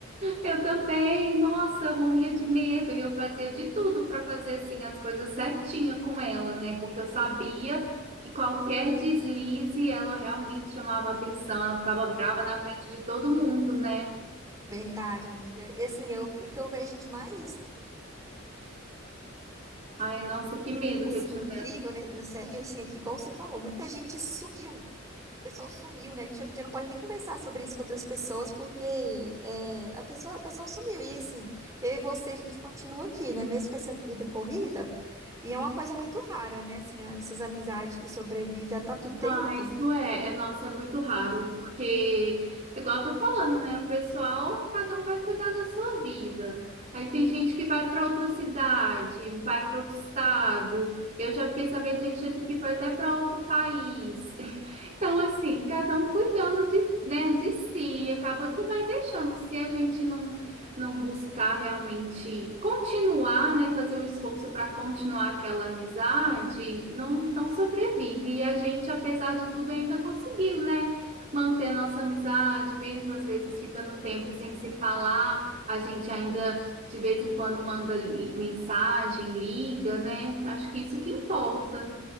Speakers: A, on the right; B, on the right.
A: Eu também, nossa, eu morria de medo e eu fazia de tudo para fazer assim as coisas certinha com ela, né? Porque eu sabia que qualquer deslize ela realmente chamava atenção, ela ficava brava na frente de todo mundo, né?
B: Verdade, amiga. E assim, eu, o que eu vejo de mais
A: Ai, nossa, que medo
B: assim
A: que eu tinha
B: incrível ne- nessa aí, assim, é que igual você falou, muita gente sumiu. O pessoal sumiu, né? A gente hoje em dia não pode nem conversar sobre isso com outras pessoas, porque é, a pessoa, o pessoal sumiu. E assim, eu e você, a gente continua aqui, né? Mesmo com essa vida corrida. E é uma coisa muito rara, né? Assim, essas amizades que sobrevivem há tanto tempo.
A: Ah, isso é, é, nossa, é muito raro, porque, igual eu tô falando, né? O pessoal, cada um vai cuidar da sua vida. Aí tem gente que vai para outra cidade, vai para outro estado. Eu já fiquei sabendo de gente que foi até para outro país. <laughs> Então, assim, cada um cuidando de, né, de si, acaba que vai deixando. Se a gente não não buscar realmente continuar, né, fazer um esforço para continuar aquela amizade, não, não sobrevive. E a gente, apesar de tudo, ainda conseguiu, né, manter a nossa amizade, mesmo às vezes ficando tempo sem se falar, a gente ainda de vez em quando manda li- mensagem, liga, né? Acho que isso que importa.